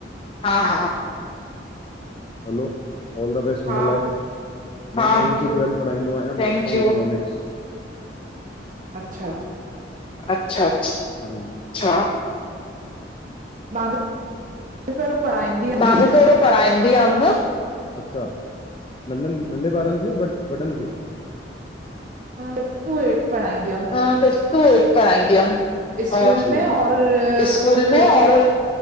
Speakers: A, on the left; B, on the right.
A: हा, हा हलो, ऑल द बैेस्ट
B: हा
A: हुन लाइ। हा,
B: thank
A: tenth to
B: you
A: twelfth पढ़ाईंदो आहियां मां, इकोनॉमिक्स
B: अच्छा
A: अच्छा अच्छा, हूं, छा?
B: मां बि <unintelligible>
A: मूंखे त एहड़ो पढ़ाईंदी हुयम। अच्छा नढनि, नंढे ॿारनि खे वॾनि खे?
B: सिफ्थ टू एट्थ प़ढाईंदी
A: हा फिफ्थ टू एट्थ पढाईंदी हुयमि।
B: स्कूल
A: आशू
B: में
A: एक
B: और
A: अच्छा, स्कूल
B: कोचिंग
A: में और